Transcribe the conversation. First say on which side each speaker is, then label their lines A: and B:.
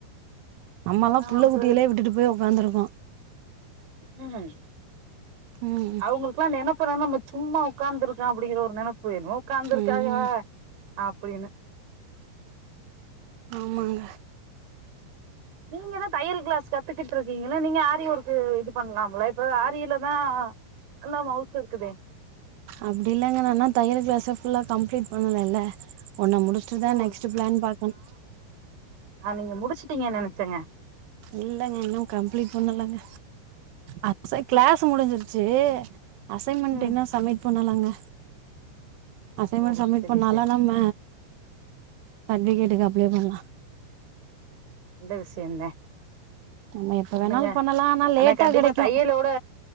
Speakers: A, on the right; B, on the right.
A: நம்மல்லா
B: என்ன
A: புள்ள
B: பண்றது
A: குட்டிகலே விட்டுட்டு போய் உக்காந்துருக்கோ
B: <unintelligible>
A: ம்
B: அவுங்களுக்குல்லா நெனப் ப்புற நம்ப சும்மா உக்காந்துருக்க அப்புடிங்கிற ஒரு நெனைப்பு என்னமோ உக்காந்துருக்கா
A: ம்
B: இவ அப்புடின்னு
A: ஆமாங்க
B: நீங்கதா தையல் க்ளாஸ் கத்துக்கிட்ருக்கீங்கள்ள நீங்க ஆரிய ஒர்க்கு இது பண்லாம்ல இப்ப ஆரிலதா அல்லா மௌஸ்ல இர்க்குதே
A: அப்டி இல்லங்க நா இன்ன தையல் க்ளாஸ ஃ புல்லா கம்ப்ளீட் பண்ணலல்ல ஒன்ன முடுஷ் ட்டு தே
B: ஓ
A: நெக்ஸ்ட் ப்ளேன் பாக்கணு
B: அத நீங்க முடிச்சுட்டீங்க நெனச்சங்க
A: இல்லங்க இன்னு கம்ப்ளீட் பண்ணலங்க அப்ஸ க்ளாஸ் முடிஞ்சிருச்சு அசைமன்ட்
B: ம்
A: என்ன சமிட் பண்ணலாங்க அசைமண்ட்
B: ஓ
A: சப்மிட்
B: செரி
A: பண்ணால
B: செரி
A: நம்ம சட்விகேட்டுக்கு அப்ளே பண்லா
B: அந்த விஷ்யந்த
A: நம்ம எப்ப
B: பண்ணுங்க
A: வேணாலு பண்ணலா லேட்டா
B: ஆனா கண்டிப்பா
A: கெடைக்கு
B: தையலோ ட